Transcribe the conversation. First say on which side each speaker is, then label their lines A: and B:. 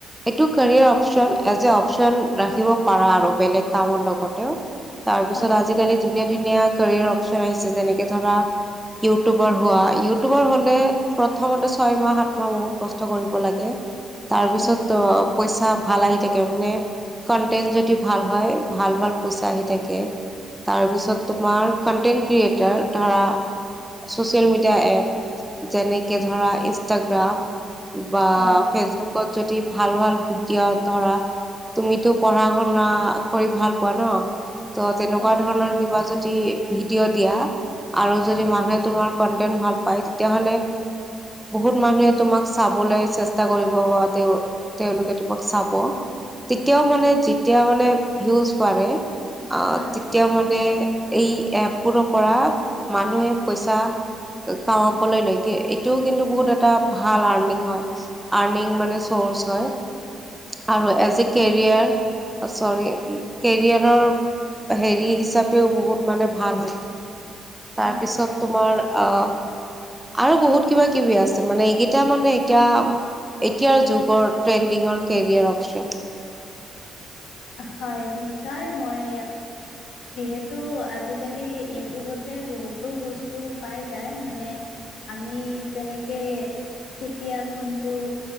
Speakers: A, in the centre; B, on the left.
A: এইটো career option as a option ৰাখিব পাৰা আৰু বেলেগ কামৰ লগতেও তাৰ পিছত
B: হয়
A: আজিকালি ধুনীয়া ধুনীয়া কেৰিয়াৰ অপচন আহিছে যেনেকে ধৰা ইউটিউবাৰ হোৱা, ইউটিউবাৰ হলে প্ৰথমতে ছয় মাহ সাত মই বহুত কষ্ট কৰিব লাগে তাৰ পিছত
B: হয়
A: অ পইচা ভাল আহি থাকে মানে কন্টেন্ট যদি ভাল হয় ভাল ভাল পইচা আহি থাকে। তাৰপিছত তোমাৰ কনটেন্ট ক্ৰিয়েটাৰ ধৰা চচিয়েল মিডিয়া এপ যেনেকে ধৰা ইনষ্টাগ্ৰাম বা
B: হয়
A: ফেচবুকত যদি ভাল ভাল ভিডিঅ' ধৰা তুমিতো পঢ়া শুনা কৰি ভাল পোৱা ন? তো তেনেকুৱা
B: হয়
A: ধৰণৰ কিবা যদি ভিডিঅ' দিয়া আৰু
B: হয়
A: যদি মানুহে তোমাৰ কন্টেন্ট ভাল পায় তেতিয়াহ'লে ত মানুহে তোমাক চাবলৈ চেষ্টা কৰিব বা তেওঁ তেওঁলোকে তোমাক চাব। তেতিয়াও মানে যেতিয়া মানে ভিউজ বাঢ়ে অহ
B: হয়
A: তেতিয়া মানে এই এপবোৰৰ পৰা মানুহে পইচা কামাবলৈ লৈকে এইটোও কিন্তু বহুত ভাল আৰ্নিং হয়। আৰ্নিং মানে চৰ্চ হয়। আৰু এজন এ কেৰিয়াৰ চৰি কেৰিয়াৰৰ হেৰি হিচাপেও বহুত মানে ভাল হয়। তাৰপিছত
B: হয়
A: তোমাৰ অহ আৰু বহুত কিবা কিবি আছে। মানে এইকেইটা মানে এতিয়া এতিয়াৰ যুগৰ ট্ৰেণ্ডিঙৰ কেৰিয়াৰ অপচন।
B: হয় নিশ্চয় মই যিহেতু আজিকালি ইউটিউবতে বহুতবোৰ বস্তু পাই যায় মানে আমি তেনেকে কেতিয়া কোনটো